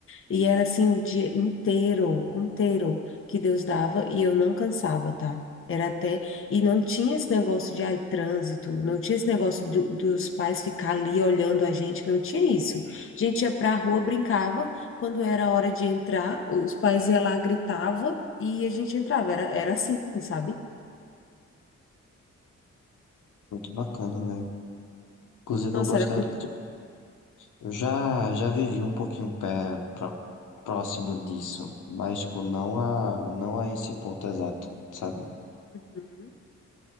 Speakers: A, on the left; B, on the left.
A: E era assim o dia inteiro, inteiro que Deus dava e eu não cansava, tá? Era até. E não tinha esse negócio de ai, trânsito, não tinha esse negócio do- dos pais ficar ali olhando a gente, não tinha isso. A gente ia pra rua, brincava, quando era hora de entrar, os pais iam lá, gritava e a gente entrava. Era, era assim, sabe?
B: Muito bacana, velho. Inclusive,
A: Nossa,
B: eu gostaria.
A: era. muito.
B: Eu já, já vivi um pouquinho pé pró- próximo disso, mas tipo, não a, não a esse ponto exato, sabe?
A: Uhum.